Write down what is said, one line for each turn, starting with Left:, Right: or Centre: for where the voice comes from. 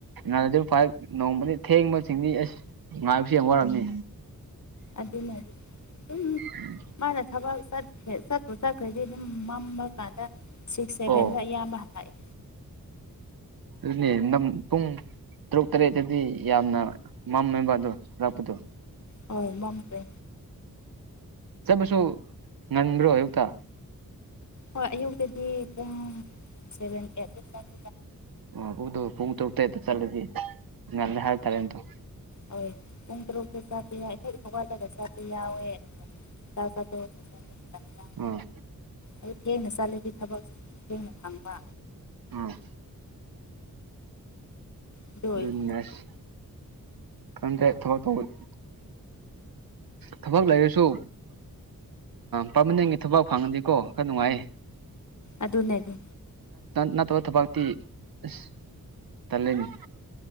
Right: ꯅꯥꯟꯗꯤ ꯐꯥꯏ ꯅꯣꯡꯃꯗꯤ ꯊꯦꯡꯕꯁꯤꯡꯗꯤ ꯑꯁ <inaudible> ꯉꯥꯏꯕꯁꯦ ꯌꯥꯝ ꯋꯥꯔꯝꯅꯤ
Left: ꯑꯗꯨꯅꯦ ꯑꯗꯨꯝ
Right: ꯎꯝ <inaudible>
Left: ꯃꯥꯅ ꯊꯕꯛ ꯆꯠꯈ꯭ꯔꯦ ꯆꯠꯄꯨ ꯆꯠꯈ꯭ꯔꯗꯤ ꯑꯗꯨꯝ ꯃꯝꯕ ꯀꯥꯟꯗ ꯁꯤꯛꯁ ꯁꯚꯦꯟꯗ
Right: ꯑꯣ
Left: ꯑꯌꯥꯝꯕ ꯍꯜꯂꯛꯑꯦ
Right: ꯑꯗꯨꯅꯦ ꯅꯪ ꯄꯨꯡ ꯇꯔꯨꯛ ꯇꯔꯦꯠꯇꯗꯤ ꯌꯥꯝꯅ ꯃꯝꯃꯦꯕ ꯑꯗꯣ ꯍꯜꯂꯄꯗꯣ
Left: ꯍꯣꯏ ꯃꯝꯈ꯭ꯔꯦ
Right: ꯆꯠꯄꯁꯨ ꯉꯟꯕ꯭ꯔꯣ ꯑꯌꯨꯛꯇ
Left: ꯍꯣꯏ ꯑꯌꯨꯛꯇꯗꯤ ꯄꯨꯡ ꯁꯚꯦꯟ ꯑꯩꯠꯇ <inaudible>
Right: ꯑꯣ ꯎꯗꯨ ꯄꯨꯡ ꯇꯔꯨꯛꯇꯦꯛꯇ ꯆꯠꯂꯗꯤ ꯉ ꯍꯥꯏꯇꯥꯔꯦꯇꯣ <inaudible>
Left: ꯍꯣꯏ ꯄꯨꯡ ꯇꯔꯨꯛ ꯐꯦ ꯆꯥ ꯄꯦꯌꯥ ꯏ <unintelligible> ꯁꯣꯏꯗ ꯉꯁꯄꯤ ꯌꯥꯎꯋꯦ <unintelligible>
Right: ꯎꯝ
Left: ꯑꯗꯣ ꯊꯦꯡꯅ ꯆꯠꯂꯗꯤ ꯊꯕꯛ ꯊꯦꯡꯅ ꯐꯪꯕ
Right: ꯎꯝ
Left: ꯑꯗꯨ ꯑꯣꯏꯅ
Right: ꯕꯤꯖꯤꯅꯦꯁ ꯈꯪꯗꯦ ꯊꯕꯛ ꯊꯧꯕ <unintelligible> ꯊꯕꯛ ꯂꯩꯔꯁꯨ ꯄꯥꯔꯃꯅꯦꯟꯒꯤ ꯊꯕꯛ ꯐꯪꯉꯗꯤꯀꯣ ꯈꯔ ꯅꯨꯡꯉꯥꯏꯌꯦ
Left: ꯑꯗꯨꯅꯦ ꯑꯗꯨ
Right: ꯅꯠꯇꯕ ꯊꯕꯇꯤ ꯑꯁ ꯇꯜꯂꯤꯅꯤ